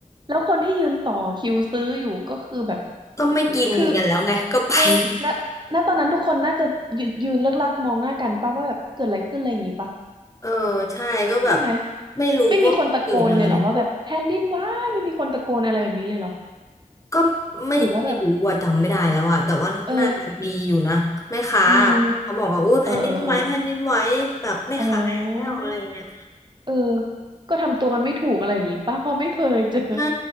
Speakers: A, on the right (about 35°); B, on the left (about 20°).
A: แล้วคนที่ยืนต่อคิวซื้ออยู่ก็คือแบบ
B: ก็ไม่กินกันแล้วไงก็ไป
A: คือเออณณตอนนั้นทุกคนน่าจะยืนยืนเลิกลักมองหน้ากันป่ะว่าแบบเกิดอะไรขึ้นอะไรอย่างงี้ปะ
B: <laughs> เออใช่ก็แบบ
A: ใช่ไหม
B: ไม่รู้ว่าเกิดอะไรขึ้น
A: ไม่มีคนตะโกนเลยเหรอว่าแบบแผ่นดินไหวไม่มีคนตะโกนอะไรแบบนี้เลยเหรอ
B: ก็ไม่ไม่รู้ว่าจำไม่ได้แล้วอ่ะแต่ว่าน่าจะมีอยู่นะแม่ค้า
A: หรือว่าแบบเอออืม
B: เขาบอกว่าอุ้ยแผ่นดินไหวแผ่นดินไหวแบบไม่ขายแล้วอะไรเงี้ย
A: เออเออเอออ๋อเออก็ทำตัวกันไม่ถูกอะไรอย่างงี้ป่ะเพราะไม่เคยเจอ
B: ใช่